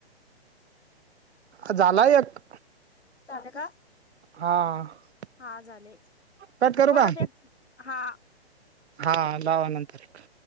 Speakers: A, on the right (about 85°); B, on the left (about 90°).
A: ह झालाय एक
B: चाले का
A: हा
B: हा झाले
A: कट करू
B: परत
A: का
B: एक हा
A: हा लावानंतर एक